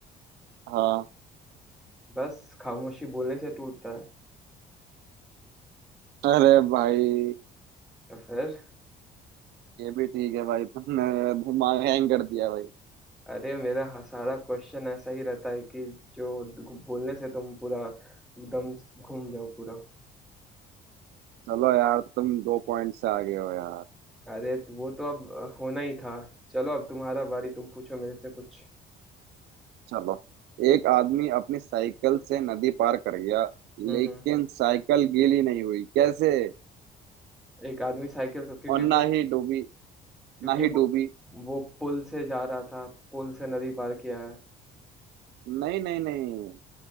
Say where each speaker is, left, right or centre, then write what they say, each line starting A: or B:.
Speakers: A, on the right (about 80°); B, in the centre.
A: हाँ
B: बस खामोशी बोलने से टूटता है
A: अरे भाई
B: तो फिर
A: ये भी ठीक है भाई तुमने दिमाग हैंग कर दिया भाई
B: अरे मेरा ह- सारा क्वेश्चन ऐसा ही रहता है कि जो दु- बोलने से तुम पूरा एकदम घूम जाओ पूरा
A: चलो यार तुम दो पॉइंट से आगे हो यार
B: अरे तो वो तो अब अ, होना ही था चलो अब तुम्हारा बारी तुम पूछो मेरे से कुछ
A: चलो एक आदमी अपनी साइकिल से नदी पार कर गया
B: हम्म
A: लेकिन
B: हम्म।
A: साइकिल गीली नहीं हुई कैसे
B: एक आदमी साइकिल से क्योंकि
A: और ना
B: वो
A: ही डूबी
B: क्योंकि
A: ना ही
B: वो
A: डूबी
B: वो पुल से जा रहा था पुल से नदी पार किया है
A: नहीं नहीं नहीं